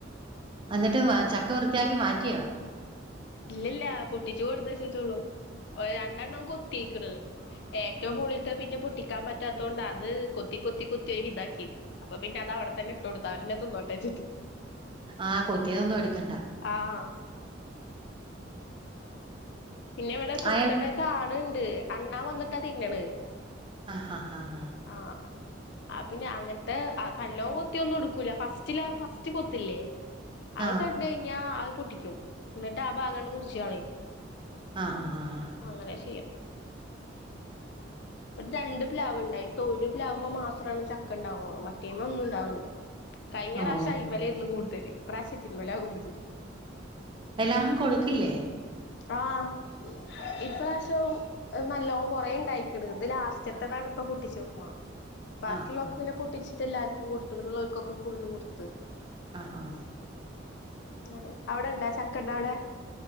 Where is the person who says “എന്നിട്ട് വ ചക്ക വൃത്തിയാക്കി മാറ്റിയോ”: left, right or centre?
Right